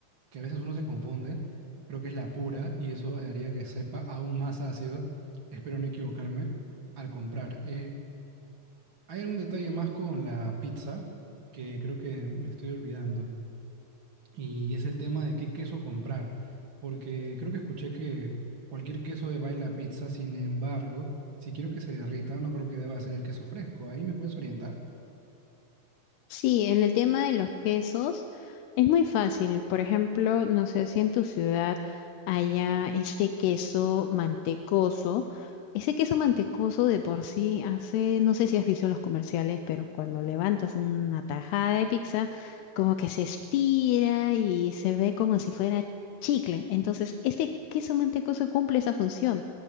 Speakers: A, on the right; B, on the left.
A: que a veces uno se confunde, creo que es la pura, y eso haría que sepa aún más ácido, espero no equivocarme, al comprar. Eh, hay algún detalle más con la pizza que creo que me estoy olvidando. Y es el tema de qué queso comprar, porque creo que escuché que cualquier queso va en la pizza, sin embargo, si quiero que se derrita, no creo que deba ser el queso fresco. ¿Ahí me puedes orientar?
B: Sí, en el tema de los quesos es muy fácil. Por ejemplo, no sé si en tu ciudad haya este queso mantecoso. Ese queso mantecoso de por sí hace, no sé si has visto los comerciales, pero cuando levantas una tajada de pizza, como que se estira y se ve como si fuera chicle. Entonces, este queso mantecoso cumple esa función.